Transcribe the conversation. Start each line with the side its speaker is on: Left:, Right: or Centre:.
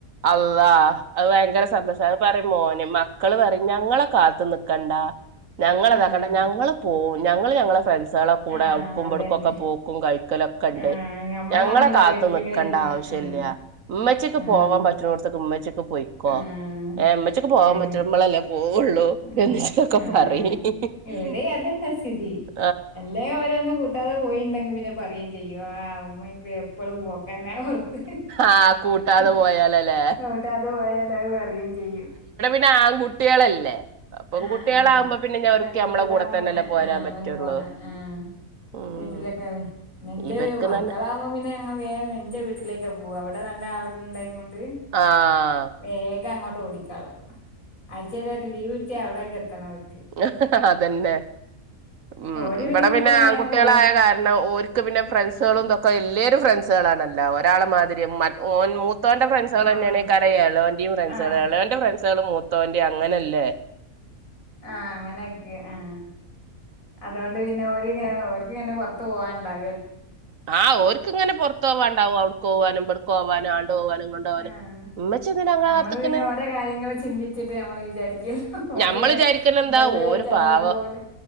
Right: അള്ള അത് ഭയങ്കര സന്തോഷം അത് പറയ മോന് മ മക്കള് പറ ഞങ്ങളെ കാത്തു നിക്കണ്ട ഞങ്ങളെതാക്കണ്ട
Left: ആഹ്
Right: ഞങ്ങള് പോ ഞങ്ങള് ഞങ്ങളെ ഫ്രണ്ട്സ് ക്ളെ കൂടെ
Left: ആഹ്
Right: അവ് ക്കുംപടുക്കും
Left: അതന്നെ
Right: ഒക്കെ പോക്കും കഴിക്കലൊക്കെ ഉണ്ട്
Left: ആഹ് ഞമ്മളാണല്ലോ
Right: ഞങ്ങളെ കാത്ത്
Left: വീട്ടിലിങ്ങനെ
Right: നി ക്കേണ്ട
Left: ഇരുന്ന്
Right: ആവശ്യ
Left: ആഹ്
Right: ല്ല്യ മ്മച്ചി ക്ക്
Left: ആഹ്
Right: പോവാം പ മോത്തൊ <unintelligible> മ്മച്ചിക്ക് പോയിക്കോ
Left: ആഹ്
Right: എ മ്മച്ചിക്ക് പോവാ
Left: അങ്ങ
Right: പറ്റ് മ്മളല്ലേ പോവു ഉള്ളൂ
Left: ഉം
Right: എന്ന <unintelligible> ട്ടൊക്കെ
Left: ആഹ്
Right: പറയി <unintelligible>
Left: ഇവിടെ അതന്നെ സ്ഥിതി അല്ലേ ഓരോ ഒന്നും കൂട്ടാതെ പോയിണ്ട് ങ്കി പിന്നെ പറയെം ചെയ്യു അ ഉമ്മ എപ്പളും പോക്കാ പിന്നെ പുറത്ത്
Right: ആഹ് കൂട്ടാതെ
Left: <unintelligible>
Right: പോയാലല്ലേ
Left: ങ്ങട്ട അത് പോയാല അത് പറയെം ചെയ്യും
Right: ത് ആൺകുട്ടികളല്ലേ അപ്പം
Left: ആ
Right: കുട്ടികളാകുമ്പോ
Left: ആഹ
Right: പിന്നെ ഞവർക്ക്
Left: പെൺകുട്ടികളാവു
Right: നമ്മളെ കൂടെ
Left: <unintelligible>
Right: തന്നെയല്ലേ
Left: പിനെ
Right: പോരാൻ
Left: ആ
Right: പറ്റുള്ളൂ
Left: വന്നു പോണെ ആ
Right: ഉം.
Left: വീട്ടിലെക്കായോ ന്നെ ന്റെ
Right: ഇവർക്ക്
Left: വീ മക്കളാവുമ്പം
Right: തന്നെ
Left: പിന്നെ അങ്ങ വേഗം ന്റെ വീട്ടിലേക്കാ പോവാ. അവിടെ നല്ല ആളുകൾണ്ടായങ്ങോണ്ട്
Right: ആ
Left: വേഗങ്ങോട്ട് ഓടിക്കാളും. ആയ്ച്ചേലൊര് ലീവ് കിട്ട്യാ അവിടേക്കെത്തണവർ
Right: ആഹ്ഹഹ അതന്നെ! ഉം
Left: ഓര്
Right: ഇവടെപിന്നെ
Left: പിന്നെ എപ്പളും
Right: ആകുട്ടികളായ
Left: വേഗം പോവും
Right: കാരണം ഓര് ക്ക്പിന്നെ ഫ്രണ്ട്സുകളുംതൊക്കെ എല്ലേരും ഫ്രണ്ട്സുകളാണല്ല, ഒരാളെ മാതിരി മറ്റ്ഓൻ മൂ മൂത്തോന്റെ ഫ്രൻസളന്നെണെകാരം
Left: ആഹ് ആഹ്
Right: എളോൻ്റിം ഫ്രൻസള്,
Left: ആഹ്
Right: എളോന്റെ ഫ്രൻസള് മൂത്തോൻ്റിം. അങ്ങനെല്ലേ! <inaudible>
Left: ആ അങ്ങനൊക്കെ, ആ അതുകൊണ്ട് പിന്നെ ഓര് ങ്ങ ഓര്ക്ക് ന്നെ പുറത്ത് പോവാണ്ട് <unintelligible>
Right: ആ ഓര്ക്ക്ങ്ങനെ പൊർത്തോവാണ്ടാവും. അവ്ട്ക്കോവലും വട്ക്കോവാനും ആണ്ടോവാനും ഇങ്ങണ്ടോവാനും.
Left: ആഹ്
Right: മ്മച്ചിന്തിനാ ങ്ങളെ
Left: നമ്മള്
Right: കാത്ത്ക്ക്ണ്
Left: പിന്നെ ഓരോ കാര്യങ്ങള് ചിന്തിച്ചിട്ട് നമ്മള് വിചാരിക്കല്ലോ ഓര്
Right: ഞമ്മള് വിചാരിക്ക്ണന്താ
Left: ഉണ്ടല്ലോ
Right: ഓര്
Left: വിചാരിച്ച് നമ്മളങ്ങട്ട്
Right: പാവം
Left: പോവൂല